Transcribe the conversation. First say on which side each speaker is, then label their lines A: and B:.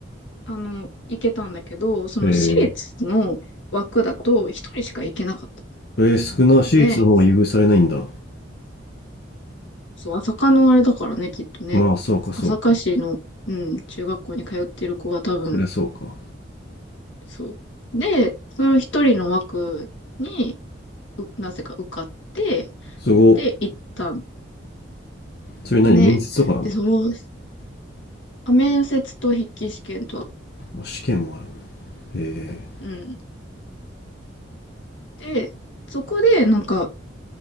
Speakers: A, on the left (about 75°); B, on the left (about 55°).
A: あの、行けたんだけど、その私立の枠だと一人しか行けなかった
B: えええー、少な、私立の方が優遇されないんだ。
A: んで、そう、朝霞のあれだからね、きっとね。
B: まあ、そうか、そうか。
A: 朝霞市の、うん、中学校に通ってる子が多分、
B: そりゃそうか。
A: そう。で、その一人の枠に、うなぜか受かって、
B: すご。
A: で、行ったん
B: それ何面接とかなの
A: ね。で、その、あ面接と筆記試験とは、
B: まあ試験もある。ええー
A: うん。で、そこで、なんか、